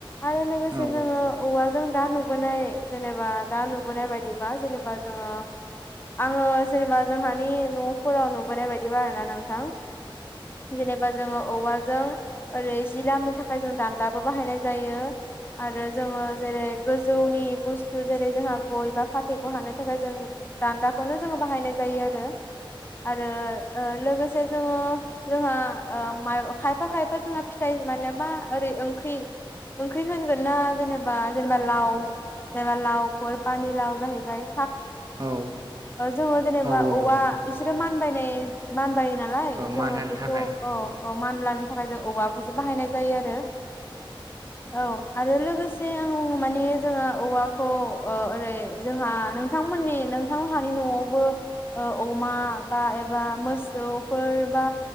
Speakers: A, on the left; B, on the right.
A: आरो लोगोसे
B: औ औ
A: जोङो औवा जों दा नुबोनाय जेनेबा दा नुबोनाय बायदिबा जेनेबा जोङो आङो जेनेबा जोंहानि न'फोराव नुबोनाय बायदि बारोना नोंथां जेनेबा जोंङ औवा जों ओरै जि लामनो थाखाय जों दान्दाबो बाहायनाय जायो आरो जोङो जेरै गोजौनि बुस्थु जेरै जोंहा गय बा फाथैखौ हानो थाखाय जों दान्दाखौनो जोङो बाहायनाय जायो आरो आरो ओ लोगोसे से जोङो जोंहा ओ मा खायफा-खायफा जोंहा फिथाइ माने मा ओरै ओंख्रि ओंख्रि होनगोन ना जेनेबा जेनेबा लाव जेनेबा लावफोर पानि लाव जाहैबाय
B: औ
A: <unintelligible> जोंङो जेनेबा
B: औ
A: औवा
B: औ
A: इसोर मानबायनाय जायोना <unintelligible>
B: मान
A: जोङो
B: होनो
A: बेखौ
B: थाखाय
A: ओ औ मानला <unintelligible> जों औवाखौसो बाहायनाय जायो आरो औ आरो लोगो आं माने जोंङो औवाखौ ओ ओरै जोंहा नोंथांमोननि नोंथांहानि न'आवबो ओ अमा बा एबा मो फोर बा